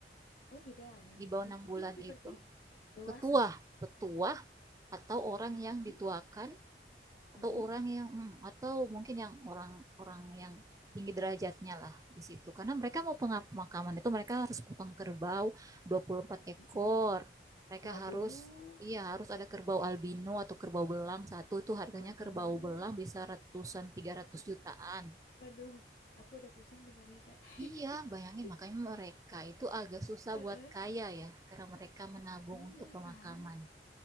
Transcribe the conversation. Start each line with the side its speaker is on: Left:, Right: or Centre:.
Left: Oh, beda nih.
Right: di bawah enam
Left: I- itu
Right: bulan
Left: tadi berarti
Right: itu
Left: dewasa.
Right: tetua, tetua atau orang yang
Left: Mm-mm.
Right: dituakan atau
Left: Mm-mm.
Right: orang yang hmm, atau mungkin yang orang-orang yang tinggi derajatnya lah di situ. Karena mereka
Left: Oh,
Right: mau pemakaman itu mereka harus kupang kerbau 24 ekor.
Left: mm-mm.
Right: Mereka
Left: Waduh.
Right: harus iya harus ada kerbau albino atau kerbau belang satu itu harganya
Left: Waduh.
Right: kerbau belang bisa ratusan 300 jutaan.
Left: Waduh. Aku udah pusing dengarnya, Kak.
Right: Iya,
Left: <laughs>
Right: bayangin makanya mereka itu agak susah
Left: Heeh.
Right: buat kaya ya karena mereka menabung
Left: Iya
Right: untuk pemakaman.
Left: kan?